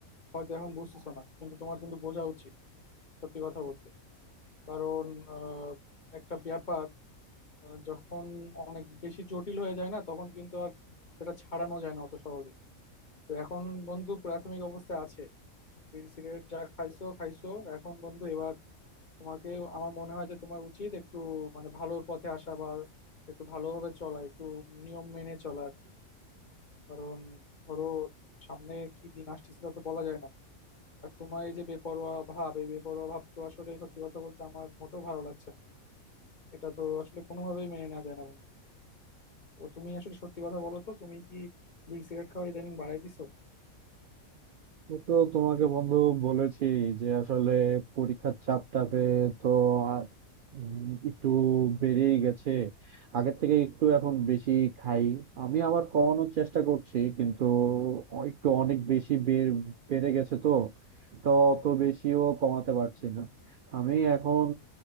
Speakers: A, on the left; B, on the right.
A: হয়তো এখন বুঝতেছো না কিন্তু তোমার কিন্তু বোঝা উচিত সত্যি কথা বলতে কারণ আহ, একটা ব্যাপার আহ, যখন অনেক বেশি জটিল হয়ে যায় না তখন কিন্তু আর সেটা ছাড়ানো যায় না অত সহজে তো এখন বন্ধু প্রাথমিক অবস্থায় আছে বিড়ি সিগারেট যা খাইছো খাইছো এখন বন্ধু এবার তোমাকে আমার মনে হয় যে তোমার উচিত একটু মানে ভালোর পথে আসা বা একটু ভালোভাবে চলা একটু নিয়ম মেনে চলা আর কি কারণ ধরো সামনে কি দিন আসতেছে তা তো বলা যায় না আর তোমার এই যে বেপরোয়া ভাব এই বেপরোয়া ভাব তো আসলে সত্যি কথা বলতে আমার মোটেও ভালো লাগছে না এটা তো আসলে কোনোভাবেই মেনে নেওয়া যায় না বন্ধু তো তুমি আসলে সত্যি কথা বলো তো তুমি কি বিড়ি সিগারেট খাওয়া ইদানিং বাড়াই দিছো
B: ও তো তোমাকে বন্ধু বলেছি যে আসলে পরীক্ষার চাপটা পেয়ে তো আর উম একটু বেড়েই গেছে আগের থেকে একটু এখন বেশি খাই আমি আবার কমানোর চেষ্টা করছি কিন্তু একটু অনেক বেশি বেড় বেড়ে গেছে তো তো অত বেশিও কমাতে পারছি না আমি এখন